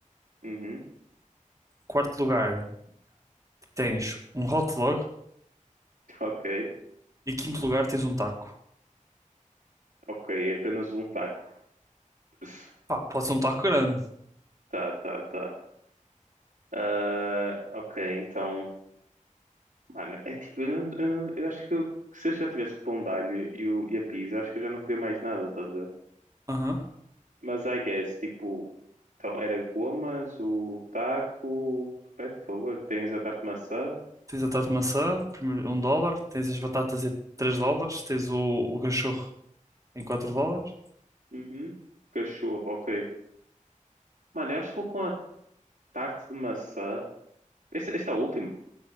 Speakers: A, on the right; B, on the right.
A: Uhum.
B: Quarto lugar tens um hot dog.
A: Ok.
B: E quinto lugar tens um taco.
A: Ok. É Apenas um taco. <laughs>
B: Pá, pode ser um taco grande.
A: Tá, tá, tá. Ah, ok, então, mano, é tipo, eu, não- eu não- eu acho que eu- se eu já tivesse o pão de alho e, o, e a pizza, eu acho que eu já não queria mais nada, tá a ver?
B: Aham.
A: Mas I guess, tipo, então era gomas, o taco, repete, por favor, tens a tarte de maçã,
B: Tens a tarte de maçã, primeiro um dólar. Tens as batatas em 3 dólares. Tens o, o cachorro em 4 dólares.
A: uhum. Cachorro, ok. Mano, eu acho que vou com a tarte de maçã, este, este é o último,